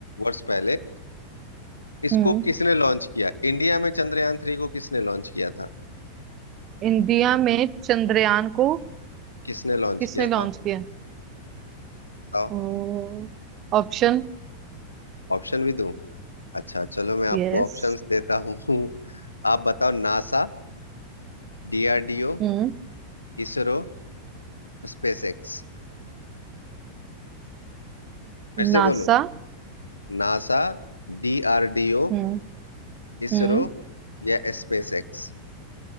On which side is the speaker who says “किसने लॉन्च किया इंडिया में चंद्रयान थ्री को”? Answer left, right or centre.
Left